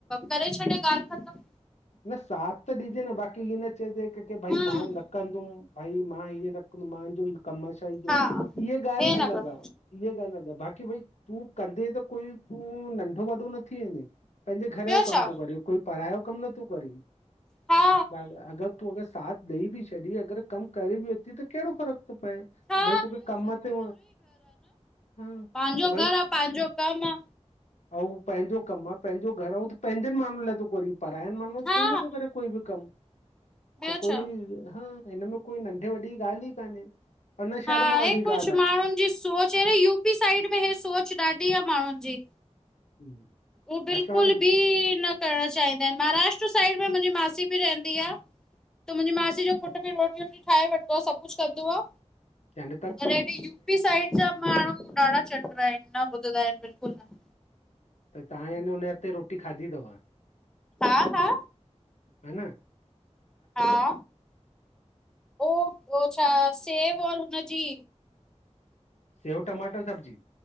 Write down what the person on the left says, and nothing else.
न साथ त ॾिजे न बाकि ही न चयजे कें खे भाई
मां न कंदुम भई मां हीअं रखंदुमि मांजो कमु आ ई सॼो
इअ ॻाल्हि
अलग
आ इअ ॻाल्हि अलग आ। की भई तूं कंदे त कोई तूं नंढो वॾो न थी वेंदे। पंहिंजे घर
जो कम
थोूं करी, कई पढ़ाइ जो कमु नथूं करी।
तूं अगरि साथ ॾेई बि छॾी अगरि कमु करे बि वती त कहिड़ो फ़र्कु? पए
भई तूंखे कम मां ते हा
भई
ऐं हू पंहिंजो कम आ पंहिंजो घर आ हू पंहिंजनि माण्हू लाइ त थो कोरी पा ॿायरो माण्हू
कोन थो करे कोई बि कम
त कोई
हा त हिनमें कोई नंढे वॾे जी ॻाल्हि ई कान्हे पर न शर्म
वारी
ॻाल्हि
आहे
असां त
चन
त तव्हां हेन हुनजे हिते रोटी खाधी थव
हेन
सेऊं टमाटर सब्जी